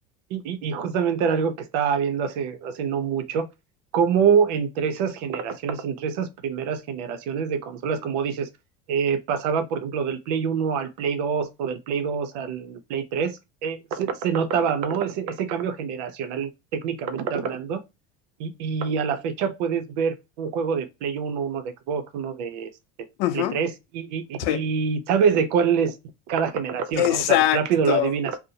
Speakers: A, on the right; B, on the left.
A: Y, y- y justamente era algo que estaba viendo hace, hace no mucho, cómo entre esas generaciones, entre esas primeras generaciones de consolas, como dices, eh, pasaba, por ejemplo, del Play uno al Play dos o del Play dos al Play tres eh, se, se notaba, ¿no? Ese, ese cambio generacional, técnicamente hablando. Y, y a la fecha puedes ver un juego de Play uno uno de Xbox, uno de este,
B: ujú,
A: Play tres y, y,
B: sí.
A: y y sabes de cuál es cada generación,
B: Exacto.
A: ¿no? O sea, rápido lo adivinas